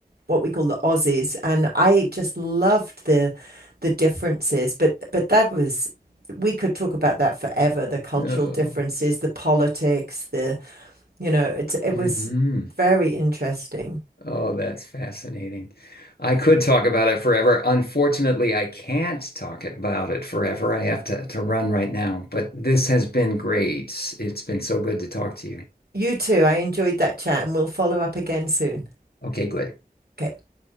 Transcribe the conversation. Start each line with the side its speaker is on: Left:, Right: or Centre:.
Right: what we call the Aussies and I just loved the the differences but but that was we could talk about that forever the cultural
Left: Oh.
Right: differences the politics the you know it it
Left: hmm
Right: was very interesting
Left: Oh, that's fascinating. I could talk about it forever. Unfortunately, I can't talk about it forever. I have to, to run right now, but this has been great. It's been so good to talk to you.
Right: you too I enjoyed that chat and we'll follow up again soon
Left: Okay, good.
Right: okay